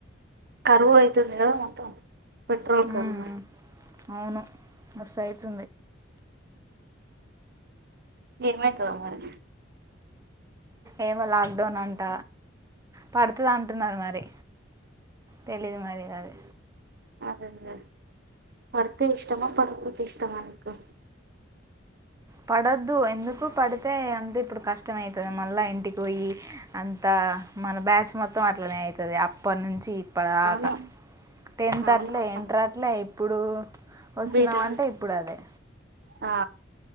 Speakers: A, on the right; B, on the right.
A: కరువా అయితుంది గదా మొత్తం పెట్రోల్
B: మ్మ్.
A: కరువా
B: అవును మస్ అయితు
A: ఏమైతదో మరి
B: ఏమో లాక్డౌన్ అంట పడుతది అంటున్నారు మరి తెలీదు మరి అది
A: అదేంలే పడుతే ఇష్టమా పడకపోతే ఇష్టమా నీకు
B: పడద్దు ఎందుకు పడితే అంది ఇప్పుడు కష్టమైతది మళ్ళా ఇంటికి పోయి అంతా మన బ్యాచ్ మొత్తం అట్లనే ఐతది అప్పటి నుంచి అప్పుటిదాకా
A: అవును
B: టెన్త్
A: అవునవును
B: అట్లే ఎంటర్ అట్లే ఇప్పుడూ వస్తున్నాం
A: బీటెక్
B: అంటే ఇప్పుడు అదే
A: ఆ